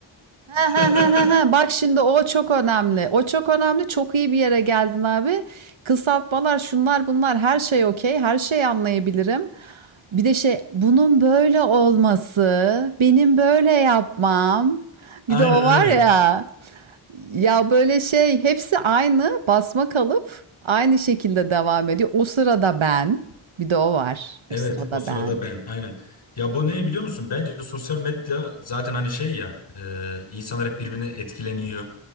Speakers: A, on the right; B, on the left.
A: Ha
B: <laughs>
A: ha ha ha ha. Bak şimdi o çok önemli. O çok önemli. Çok iyi bir yere geldin abi. Kısaltmalar, şunlar bunlar her şey okey. Her şeyi anlayabilirim. Bir de şey bunun böyle olması, benim böyle yapmam. Bir
B: Aynen
A: de o
B: aynen.
A: var ya. Ya böyle şey hepsi aynı basma kalıp aynı şekilde devam ediyor. O sırada ben. Bir de o var.
B: Evet
A: O sırada
B: o sırada
A: ben.
B: ben aynen. Ya bu ne biliyor musun? Bence sosyal medya zaten hani şey ya e, insanlar hep birbirine etkileniyor.